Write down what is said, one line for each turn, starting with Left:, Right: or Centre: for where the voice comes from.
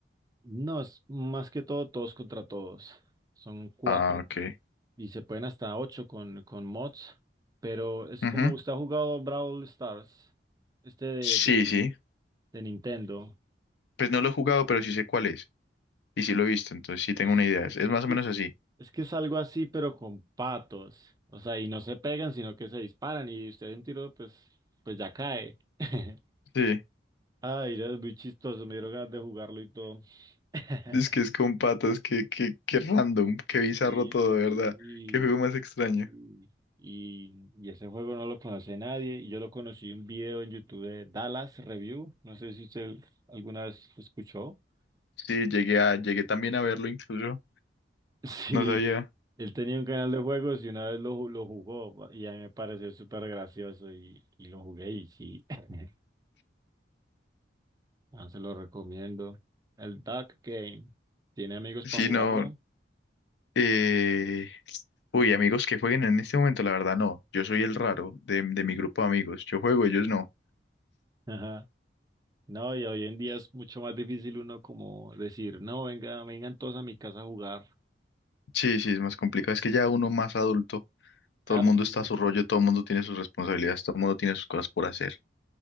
Right: No, es más que todo todos contra todos. Son cuatro.
Left: Ah, ok.
Right: Y se pueden hasta ocho con, con mods. Pero es
Left: Ujú.
Right: como usted ha jugado Brawl Stars, este de,
Left: Sí,
Right: de,
Left: sí.
Right: de Nintendo.
Left: Pues no lo he jugado, pero sí sé cuál es. Y sí lo he visto, entonces sí
Right: Es,
Left: tengo una idea. Es, es
Right: es
Left: más
Right: que
Left: o menos
Right: es,
Left: así.
Right: es que es algo así, pero con patos. O sea, y no se pegan, sino que se disparan. Y usted de un tiro, pues, pues ya cae. <laughs>
Left: Sí.
Right: Ay, ya es muy chistoso. Me dieron ganas de jugarlo y todo. <laughs>
Left: Es que es con patas, que que que random, qué bizarro
Right: Sí,
Left: todo, de verdad.
Right: sí,
Left: Qué juego más extraño.
Right: sí, sí. Y, y ese juego no lo conoce nadie. Y yo lo conocí en un video en YouTube de Dallas Review. No sé si usted alguna vez escuchó. <laughs>
Left: Sí, llegué a, llegué también a verlo incluso.
Right: Sí,
Left: No sabía.
Right: él tenía un canal de juegos y una vez lo, ju- lo jugó y a mí me pareció súper gracioso y, y lo jugué y sí, <laughs> Ah, se lo recomiendo. El Duck Game, ¿tiene amigos
Left: Sí,
Right: para jugarlo?
Left: no. Eh... Uy, amigos que jueguen en este momento, la verdad no. Yo soy el raro de, de mi grupo de amigos. Yo juego, ellos no.
Right: <laughs> Ajá. No, y hoy en día es mucho más difícil uno como decir, no, venga, vengan todos a mi casa a jugar.
Left: Sí, sí, es más complicado. Es que ya uno más adulto,
Right: Claro,
Left: todo el mundo
Right: también.
Left: está a su rollo, todo el mundo tiene sus responsabilidades, todo el mundo tiene sus cosas por hacer.